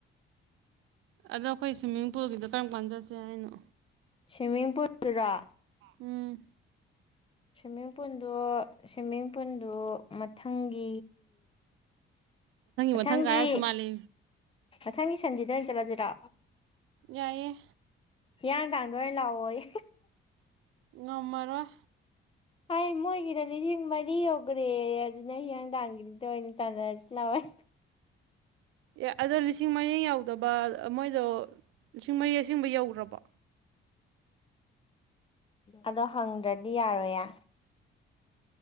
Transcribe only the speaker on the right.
ꯑꯗꯣ ꯑꯩꯈꯣꯏ ꯁ꯭ꯋꯤꯃꯤꯡ ꯄꯨꯜꯒꯤꯗꯣ ꯀꯔꯝ ꯀꯥꯟ ꯆꯠꯁꯦ ꯍꯥꯏꯅꯣ
ꯎꯝ
ꯃꯊꯪ ꯀꯥꯔꯛꯇꯧ ꯃꯥꯜꯂꯤ
ꯌꯥꯏꯌꯦ
ꯉꯝꯃꯔꯣꯏ
ꯑꯦ ꯑꯗꯣ ꯂꯤꯁꯤꯡ ꯃꯔꯤ ꯌꯧꯗꯕ ꯃꯣꯏꯗꯣ ꯂꯤꯁꯤꯡ ꯃꯔꯤ ꯑꯁꯦꯡꯕ ꯌꯧꯗ꯭ꯔꯕꯣ